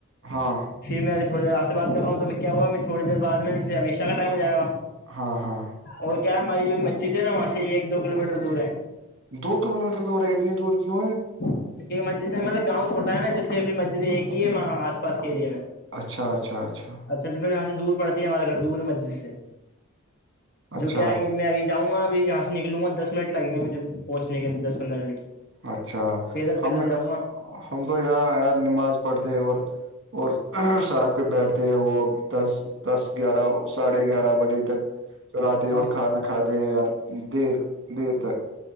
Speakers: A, on the right; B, on the left.
A: ہاں
B: پھر میں ابھیوڑییر آ سے بات کرا ہوں توب کیا ہوا میں تھوڑ دیر بعد میں سے ابش شاہ کاٹائم ہو ج گا
A: ہاں ہاں
B: اور کیا ہماری جو مسجد ہے نا وہاں سے ایک دو کلو میٹر دور ہے
A: دو کلو میٹر دور ہے اتنی دور کیوں ہے
B: کیونکہ مسجد مطب گاؤں چھوا ہے نا جس پھر مسجد ایک ہی ہےاں آس پاس کےرییا میںچ
A: اچھا اچھا اچھا
B: اچا تو پھر وہاں سے دور پڑتی ہے ہمارے گھر دور مسجد سے
A: اچھا
B: جو کیا ہے کہ میں ابھی جاں گا اب یہاں سے نکلوں گا د منٹ لگیں گے مجھے پہچ کے اند دس پندر منٹ
A: اچھا
B: پیدل پیدل
A: ہم
B: جاؤں گا
A: ہم تو یہاں یار نماز پڑھتے اور اور سڑک پہ بیٹھتے ہیں وہ دس دس گیارہ ساڑھے گیارہ بجے تک چراتے ہیں
B: ہاں
A: اور کھانا کھاتے ہیں یار دیر دیر تک